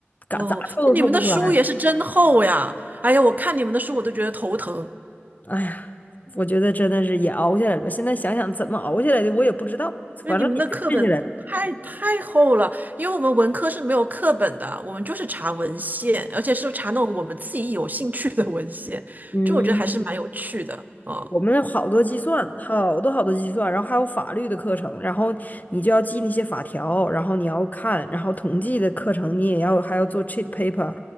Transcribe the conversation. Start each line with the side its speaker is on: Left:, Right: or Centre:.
Left: 咋咋凑都凑不出来。
Right: 嗯，那你们的书也是真厚呀！哎呀，我看你们的书我都觉得头疼，
Left: 哎呀，我觉得真的是也熬下来了吧现在想想怎么熬下来的，我也不知道，反正也就混下来了。
Right: 因为你们的课本太太厚了。因为我们文科是没有课本的，我们就是查文献，而且是查那种我们自己有兴趣的文献，
Left: 嗯。
Right: 就我觉得还是蛮有趣的啊。
Left: 我们有好多计算，好多好多计算，然后还有法律的课程，然后你就要记那些法条，然后你要看，然后统计的课程你也要还要做 cheat paper，